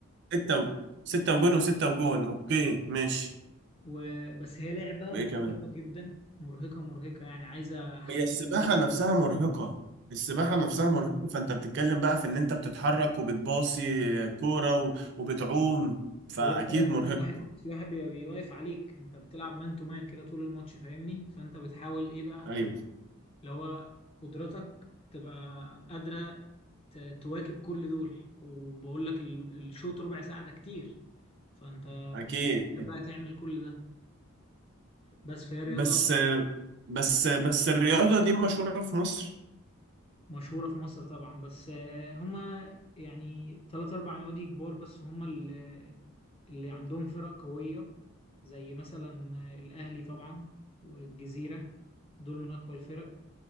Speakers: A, on the right (about 55°); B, on the left (about 25°).
A: ستة و... ستة وجون وستة وجون اوكي
B: اه
A: ماشي
B: و... بس هي لعبة
A: وايه
B: مرهقة
A: كمان؟
B: جدا مرهقة مرهقة يعني عايزة حد
A: هي السباحة
B: عنده-
A: نفسها مرهقة السباحة
B: اه
A: نفسها مرهقة فانت بتتكلم بقى في ان انت بتتحرك وبتباصي كورة و... وبتعوم فاكيد
B: وغير كده انت
A: مرهقة
B: في واحد في واحد بيبقى بيواقف عليك انت بتلعب مان تو مان كده طول الماتش فاهمني فانت بتحاول ايه بقى
A: ايوه
B: اللي هو قدرتك تبقى قادرة ت- تواكب كل دول وبقول لك ال- الشوط ربع ساعة ده كتير فأنت
A: اكيد
B: مش قادر بقى تعمل كل ده بس فهي رياضة
A: بس بس بس الرياضة دي مشهورة في مصر
B: مشهورة في مصر طبعا بس آه، هما يعني تلات أربع نوادي كبار بس هما اللي, اللي عندهم فرق قوية زي مثلا آه، الأهلي طبعا والجزيرة دول من أقوى الفرق